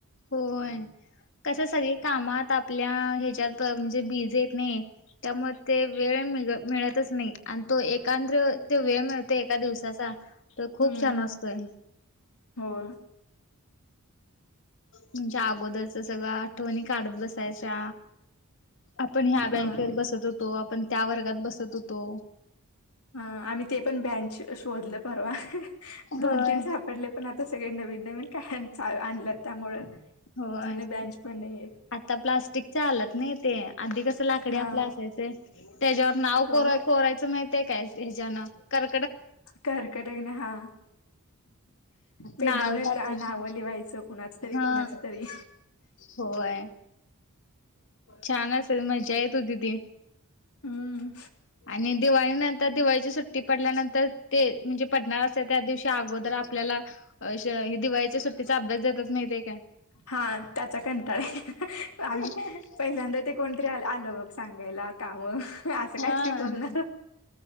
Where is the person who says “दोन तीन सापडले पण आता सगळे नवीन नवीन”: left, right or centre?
Left